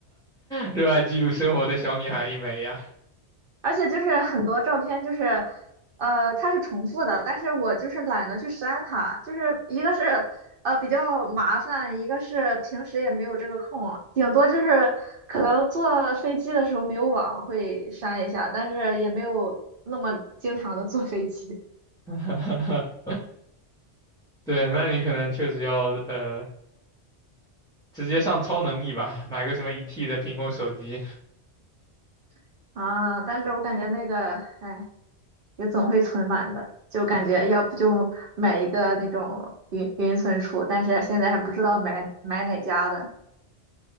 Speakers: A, in the centre; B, on the right.
A: 热爱记录生活的小女孩一枚呀。
B: 而且就是很多照片，就是呃，它是重复的，但是我就是懒得去删它，就是一个是呃比较麻烦，一个是平时也没有这个空，顶多就是可能坐飞机的时候没有网会删一下，但是也没有那么经常的坐飞机
A: <laughs> 对，那你可能确实要呃直接上超能力吧，买个什么一 T 的苹果手机。
B: <laughs> 啊。但是我感觉那个，哎。也总会存满的，就感觉要不就买一个那种云云存储，但是现在还不知道买买哪家的。